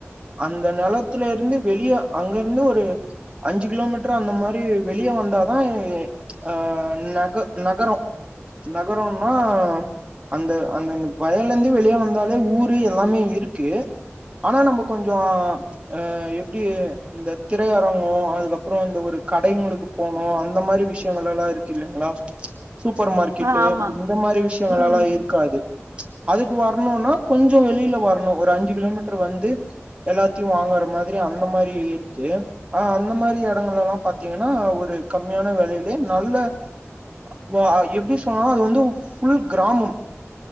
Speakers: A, on the right (about 25°); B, on the right (about 85°).
A: அந்த நெலத்துலருந்து வெளிய அங்கருந்து ஒரு அஞ்சு கிலோமீட்ரு அந்த மாரி வெளிய வந்தாதா எ அ நக நகரோ நகரோம்னா அந்த அந்தந்த வயலருந்து வெளிய வந்தாலே ஊரு எல்லாமே இருக்கு ஆனா நம்ப கொஞ்ச அ எப்டிய இந்த திரையரங்கோ அதுக்கப்றோ இந்த ஒரு கடைங்களுக்கு போனு அந்த மாரி விஷ் யங்களெல்லா இருக்கு இல்லைங்களா சூப்பர் மார்க்கெட்டு
B: ஆ ஆமா
A: இந்த மாரி விஷ்யங்களெல்லா
B: ம்
A: இருக் க்காது அதுக்கு வர்ணுனா கொஞ்ச வெளில வர்ணு ஒரு அஞ்சு கிலோமீட்ரு வந்து எல்லாத்தையு வாங்குற மாதிரி அந்த மாரி இருக்கு ஆ அந்த மாரி எடங்களெல்லா பாத்தீங்கனா ஒரு கம்மியான வெலைல ஏ நல்ல வா எப்டி சொன்னாலு அது வந்து ஃபுல் கிராமம்